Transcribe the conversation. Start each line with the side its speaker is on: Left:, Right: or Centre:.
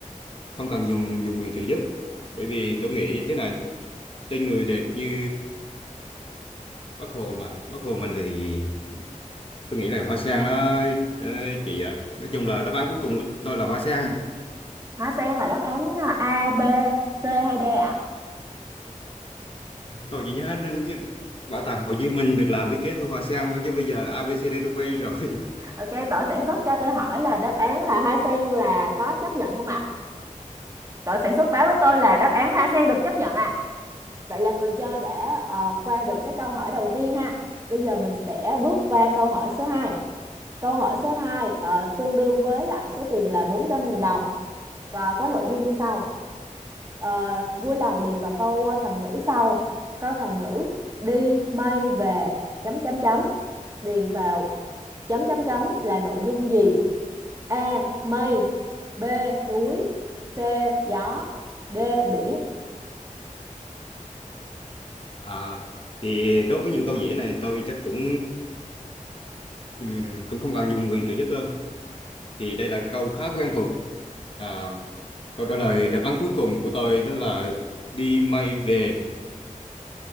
Left: không cần dùng dùng quyền trợ giúp. Bởi vì tôi nghĩ thế này, tên người đẹp như Bác Hồ mà, Bác Hồ mình thì tôi nghĩ là hoa sen đó ờ, chị ạ. Nói chung là đáp án cuối cùng của tôi là hoa sen.
Right: Hoa sen là đáp án ờ, A, B, C hay D ạ?
Left: Tôi chỉ nhớ đến những- bảo tàng Hồ Chí Minh được làm thiết kế theo hoa sen thôi chứ bây giờ a ABCD tôi quen rồi. <laughs>
Right: Ok, tổ sản xuất cho tôi hỏi là đáp án là hoa sen là có chấp nhận không ạ? Tổ sản xuất báo với tôi là đáp án hoa sen được chấp nhận ạ. Vậy là người chơi đã ờ, qua được cái câu hỏi đầu tiên ha. Bây giờ mình sẽ bước qua câu hỏi số 2. Câu hỏi số 2 ờ, tương đương với lại số tiền là 400.000 đồng có, có nội dung như sau Ờ, vui lòng điền vào câu ờ, thành ngữ sau câu thành ngữ đi mây về chấm chấm chấm điền vào chấm chấm chấm là nội dung gì A mây B núi C gió D biển
Left: À, thì đối với những câu dễ này tôi chắc cũng ừm, cũng không cần dùng quyền trợ giúp đâu. Thì đây là câu khá quen thuộc. À, Câu trả lời đáp án cuối cùng của tôi đó là đi mây về